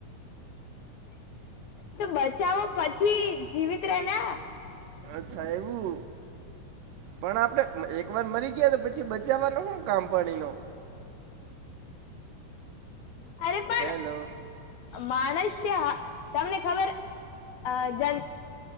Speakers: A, on the left (about 75°); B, on the right (about 80°).
A: તો બચાવો પછી જીવિત રેને
B: અચ્છા એવું પણ આપણે એક વાર મરી ગયા પછી બચાવવાનો શું કામ પાણીનો
A: અરે પણ
B: હેલો-
A: માણસ છે હ તમને ખબર અ જન